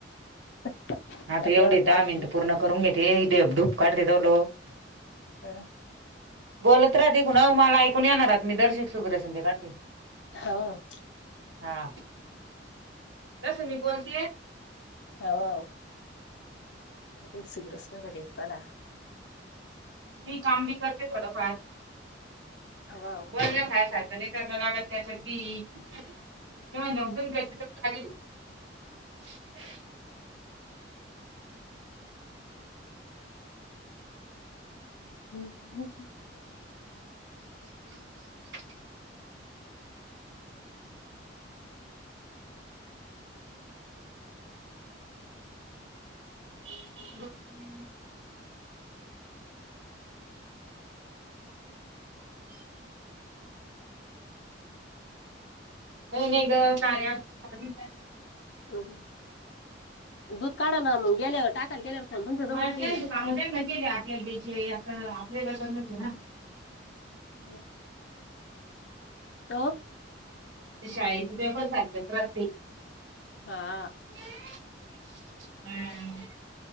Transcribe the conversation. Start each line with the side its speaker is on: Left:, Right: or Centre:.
Left: <unintelligible>
Right: आता एवढे
Left: एवढं कॉल
Right: दहा मिनिटं पूर्ण करून घेते. देव धूप काढते <unintelligible>
Left: ह.
Right: बोलत राह तिकडून ओ, मला ऐकू नई येणार आहात मी दर <unintelligible> संध्या काढते.
Left: होव.
Right: हा. कस मी बोलते
Left: हो. <unintelligible>
Right: मी काम बी करते थोडं फार.
Left: वाव.
Right: खरं हाय <unintelligible> नाही तर कराव लागत त्यासाठी. <unintelligible>
Left: ह ह.
Right: <unintelligible> अह हम, <unintelligible> नाही नाही गं कार्याअँप
Left: अह, दूध काढायला गेल्यावर टाकायला गेल्यावर फोन तुमच्या जवळच
Right: माहिती
Left: राहील
Right: आहे
Left: ना
Right: की <unintelligible> आपल्या घ्यायचीयं आता आपल्या <unintelligible> आहे ना.
Left: अह, तो
Right: ते शाळेचे पेपर सारखेच राहते.
Left: हा.
Right: <unintelligible> हम्म,